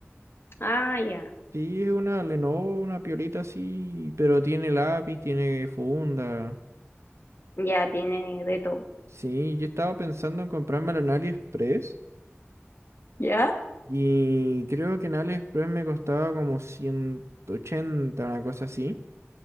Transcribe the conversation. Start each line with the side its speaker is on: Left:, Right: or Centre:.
Left: Ah, ya,
Right: sí, es una Lenovo, una piolita así, pero tiene lápiz, tiene funda.
Left: ya tiene de todo.
Right: Sí, yo estaba pensando en comprármela en AliExpress
Left: ¿Ya?
Right: y creo que en AliExpress me costaba como 180, una cosa así.